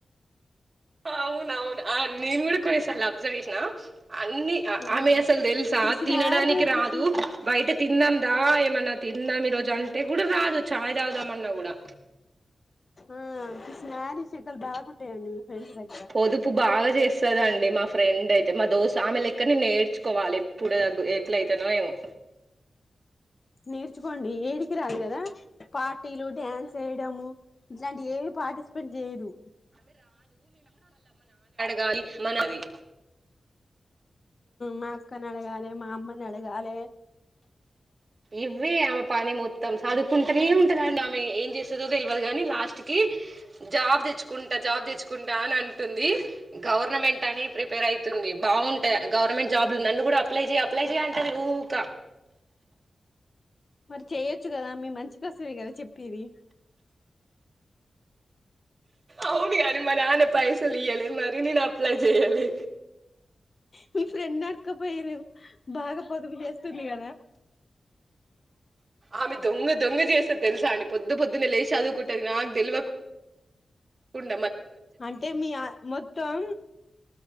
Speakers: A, on the right; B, on the left.
A: అవును అవును నేన్ కూడా కొనేసాలా అబ్జర్వేషనా అన్ని
B: ఆ
A: ఆమె అసలు తెలుసా
B: పిసినారిది
A: తినడానికి రాదు
B: పిసిన
A: బయట తిన్నాం దా ఏమన్నా తిందాం ఈ రోజు అంటే కూడా రాదు ఛాయ్ తాగుదామన్నా కూడా
B: ఆ పిస్నారీ శకలు బాగుంటాయండి ఫ్రెండ్స్ దగ్గర
A: పొదుపు బాగా చేస్ సదండి మా ఫ్రెండ్ అయితే, మా దోస్ ఆమె లెక్కనే నేర్చుకోవాలె, ఎప్పుడు ఎట్లయితనో ఏమో
B: నేర్చుకోండి ఏడికి రాదు కదా, పార్టీలు డ్యాన్స్ ఏయడము ఇట్లాంటి ఏవి పార్టిసిపేట్ చేయదు.
A: గయి మనది.
B: మా అక్కనడగాలె, మా అమ్మని అడగాలె
A: ఇవ్వే ఆమె పని మొత్తం సదువుకుంటనే ఉంటందండి ఆమె, ఏం చేస్తుదో తెలియదు గని లాస్ట్ కి జాబ్ తెచ్చుకుంటా జాబ్ తెచ్చుకుంటా అని అంటుంది. గవర్నమెంట్ అని ప్రిపేర్ అయి టుంది బాగుంటయి గవర్నమెంట్ జాబ్లు ఉంది నన్ను కూడా అప్లై చెయ్ అప్లై చెయ్ అంటది, ఊక
B: మరి చేయొచ్చు కదా మీ మంచి కోసమే కదా చెప్పేది.
A: అవును కని మా నాన్న పైసలు ఇయ్యలె మరి నేను అప్లై చెయ్యాలె.
B: మీ ఫ్రెండ్ అడక్క పోర్రూ, బాగా పొదుపు చేస్ స్తుంది కదా.
A: ఆమె దొంగ దొంగ చేస్తది తెలుసానే, పొద్దు పొద్దున లేశి చదువుకుంటుంది, నాకు తెలివకున్
B: అంటే మీ ఆ మొత్తం